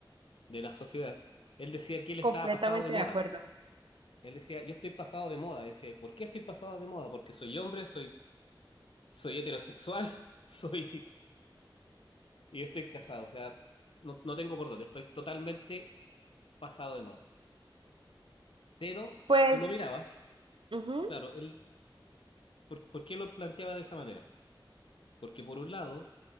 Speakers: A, on the left; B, on the right.
A: de la sociedad. Él decía que él
B: Completamente
A: estaba pasado de moda
B: de acuerdo.
A: Él decía, yo estoy pasado de moda. Decía, ¿por qué estoy pasado de moda? Porque soy hombre, soy, soy heterosexual, <laughs> soy, y estoy casado. O sea, no, no tengo por dónde, estoy totalmente pasado de moda. Pero
B: Pues,
A: tú lo mirabas,
B: ujú.
A: claro, él, ¿por, por qué lo planteaba de esa manera? Porque por un lado,